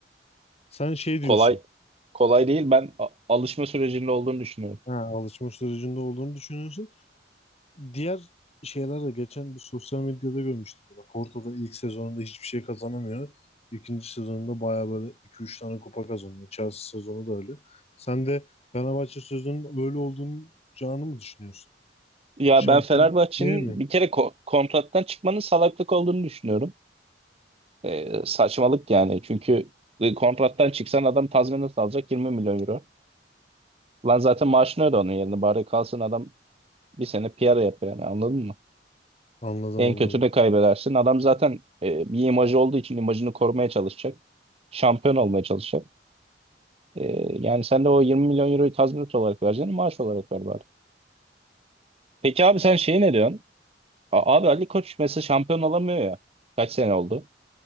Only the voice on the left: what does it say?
sen şey diyorsun.
Ha, alışma sürecinde olduğunu düşünüyorsun. Diğer şeyler de geçen bir sosyal medyada görmüştüm. Böyle Porto'da ilk sezonunda hiçbir şey kazanamıyor. İkinci sezonunda bayağı böyle 2-3 tane kupa kazanıyor. Chelsea sezonu da öyle. Sen de Fenerbahçe sezonunun öyle olduğunu canı mı düşünüyorsun?
Şampiyonluk
diye mi?
Anladım
anladım.